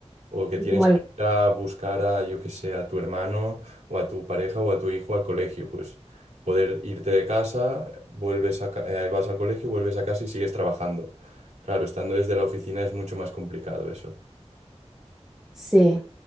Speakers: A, on the right (about 75°); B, in the centre.
A: O que tienes
B: Como algo-
A: que ir a buscar a, yo que sé, a tu hermano o a tu pareja o a tu hijo al colegio. Pues poder irte de casa, vuelves a, ca- eh, vas al colegio, vuelves a casa y sigues trabajando. Claro, estando desde la oficina es mucho más complicado eso.
B: Sí,